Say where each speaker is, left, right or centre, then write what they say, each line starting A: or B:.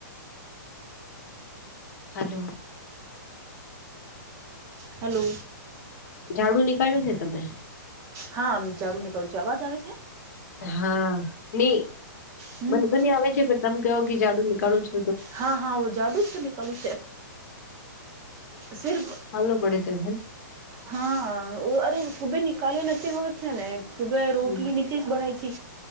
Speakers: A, on the left; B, on the right.
A: હાલો
B: હલો
A: ઝાડુ નીકાળ્યું છે તમે
B: હા આમ જરૂર નીકળું છું અવાજ આવે છે
A: હા નઈ
B: હમ
A: મને તો નહી આવે છે પણ તમે કહવો કે જાાડુ નીકળું છો
B: હા હા જાદુ જ તો નિકલું ન સિર્ફ
A: હો પડે છે
B: હા અરે સુબે નિકાલ નથી હોવે છે ને સુબે રોટલી
A: હમ
B: ચીજ બનૈ છે